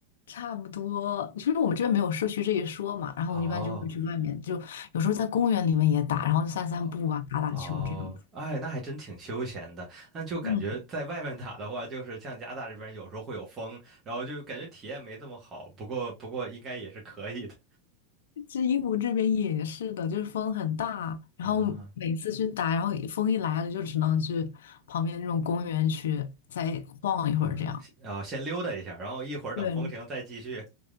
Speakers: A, on the left (about 70°); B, on the right (about 30°).
A: 差不多，其实我们这边没有社区这一说嘛，然后我们一般就会去外面，
B: 哦
A: 就有时候在公园里面也打，然后散散步啊，
B: 哦哦，
A: 打打球这种。
B: 哎，那还真挺休闲的。那就感觉在外面打的话，
A: 嗯，
B: 就是像加拿大这边有时候会有风，然后就感觉体验没这么好。不过不过应该也是可以的
A: 其实英国这边也是的，就是风很大，然后每次去打，
B: 啊。
A: 然后风一来了就只能去旁边那种公园去再晃一会儿这样。
B: 嗯，先啊，先溜达一下，然后一会儿等风停再继续
A: 对，